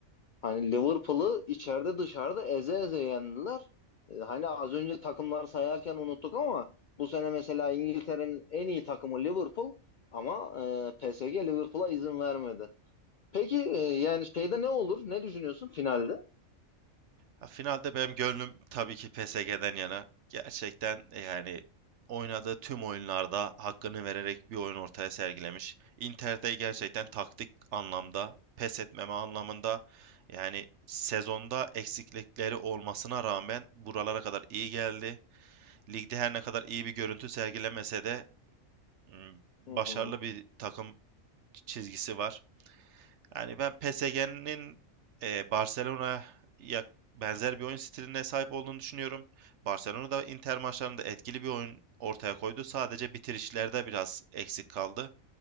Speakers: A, on the left (about 70°); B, on the right (about 65°).
A: Hani Liverpool'ı içeride dışarıda eze eze yendiler. E, Hani az önce takımlar sayarken unuttuk ama bu sene mesela İngiltere'nin en iyi takımı Liverpool ama e, PSG Liverpool'a izin vermedi. Peki e, yani şeyde ne olur? Ne düşünüyorsun finalde?
B: Ha, finalde benim gönlüm tabii ki PSG'den yana. Gerçekten e, yani oynadığı tüm oyunlarda hakkını vererek bir oyun ortaya sergilemiş. Inter'de gerçekten taktik anlamda, pes etmeme anlamında yani sezonda eksiklikleri olmasına rağmen buralara kadar iyi geldi. Ligde her ne kadar iyi bir görüntü sergilemese de m, başarılı
A: Hı hı.
B: bir takım çizgisi var. Yani ben PSG'nin e, Barcelona'ya benzer bir oyun stiline sahip olduğunu düşünüyorum. Barcelona da Inter maçlarında etkili bir oyun ortaya koydu. Sadece bitirişlerde biraz eksik kaldı.